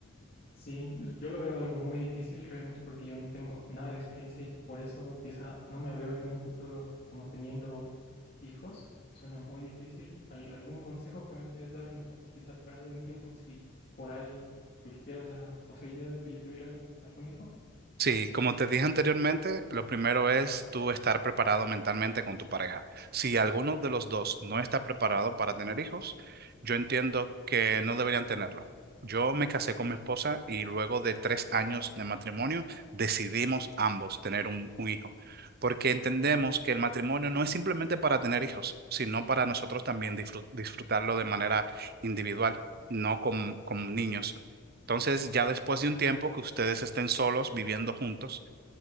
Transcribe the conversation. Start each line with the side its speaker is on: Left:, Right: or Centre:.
Left: Sí, yo lo veo algo muy difícil realmente porque yo no tengo nada de experiencia y por eso quizá no me veo en un futuro como teniendo hijos. Suena muy difícil. ¿Al- algún consejo que me quieres dar? No sé, quizá para de un tiempo si por ahí surgiera la posibilidad de que yo tuviera algún hijo.
Right: Sí, como te dije anteriormente, lo primero es tú estar preparado mentalmente con tu pareja. Si alguno de los dos no está preparado para tener hijos, yo entiendo que no deberían tenerlo. Yo me casé con mi esposa y luego de tres años de matrimonio decidimos ambos tener un, un hijo, porque entendemos que el matrimonio no es simplemente para tener hijos, sino para nosotros también disfrut- disfrutarlo de manera individual, no con con niños. Entonces, ya después de un tiempo que ustedes estén solos viviendo juntos,